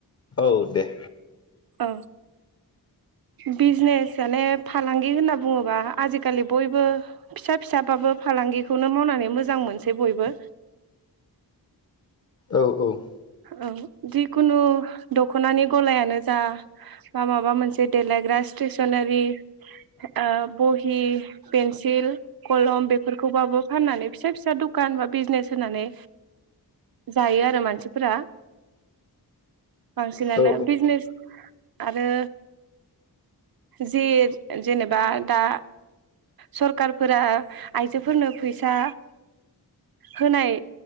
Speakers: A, on the left (about 40°); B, on the right (about 65°).
A: औ दे।
B: औ बिजनेस माने फालांगि होनना बुंङोबा आजिखालि बयबो फिसा फिसाबाबो फालांगिखौनो मावनानै मोजां मोनसै बयबो।
A: औ औ।
B: औ जिखुनु दख'नानि गलायानो जा बा माबा मोनसे देलायग्रा स्टेसनारि ओ बहि। पेन्सिल, कलम बेफोरखौबाबो फाननानै फिसा फिसा दखान बा बिजनेस होनानै जायो आरो मानसि फोरा। बांसिनानो
A: औ
B: बिजनेस आरो जि जेनेबा दा सरखारारफोरा आइजोफोरनो फैसा होनाय।